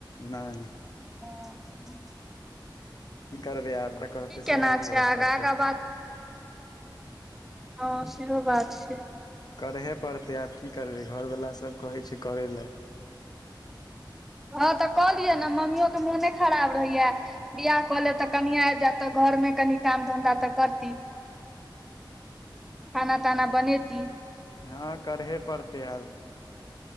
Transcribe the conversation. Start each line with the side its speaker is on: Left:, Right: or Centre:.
Left: नहि
Centre: ओ
Left: की करबै आब जे कहतै
Centre: की केना
Left: सएह ने
Centre: छै
Left: कर
Centre: आगा
Left: पड़तै।
Centre: आगा बात हँ सेहो बात छैय।
Left: करहे पड़तै आब की करबै घरवलाास सब कहै छैय करै ला।
Centre: हँ तऽ क लिय ने मम्मियो के मोने खराब रहैया। बियाह कऽ लेब तऽ कनिया आबि जायत तऽ घरमे कनि काम धंधा तऽ करती। खाना ताना बनेती।
Left: हँ करहे पड़तै आब।